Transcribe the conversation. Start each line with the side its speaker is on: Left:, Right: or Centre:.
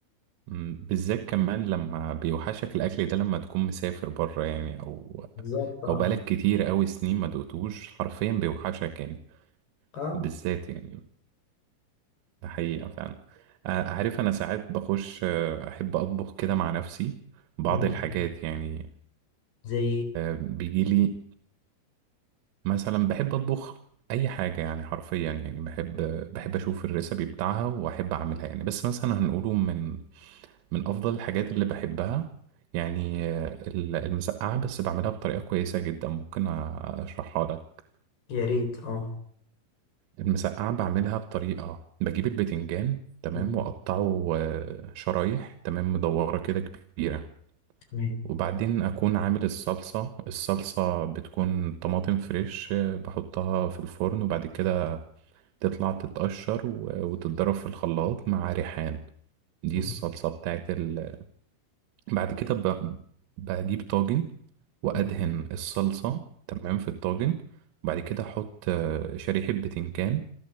Right: مم. بالذات كمان لما بيوحشك الاكل ده لما تكون مسافر بره يعني او
Left: بالظبط اه
Right: او بقالك كتير قوي سنين ما دقتوش حرفيا بيوحشك يعني
Left: اه
Right: بالذات يعني ده حقيقة فعلا آه، عارف انا ساعات بخش آه، احب اطبخ كده مع نفسي بعض
Left: مم.
Right: الحاجات يعني
Left: زي
Right: بيجي مثلا بحب اطبخ اي حاجه يعني حرفيا يعني بحب بحب اشوف الريسبي بتاعها واحب اعملها يعني بس مثلا هنقوله من من افضل الحاجات اللي بحبها يعني آه، ال- المسقعه بس بعملها بطريقه كويسه جدا ممكن أ- اشرحها لك
Left: يا ريت اه
Right: المسقعه بعملها بطريقه بجيب البتنجان تمام
Left: مم.
Right: واقطعه آه، شرايح تمام مدوره كده كبيره
Left: تمام
Right: وبعدين اكون عامل الصلصه الصلصه بتكون طماطم فريش آه، بحطها في الفرن وبعد كده تطلع تتقشر و- وتتضرب في الخلاط مع ريحان دي
Left: مم.
Right: الصلصة بتاعت ال... بعد كده ب... بجيب طاجن وأدهن
Left: مم.
Right: الصلصة تمام في الطاجن وبعد كده أحط آه، شريحة بتنجان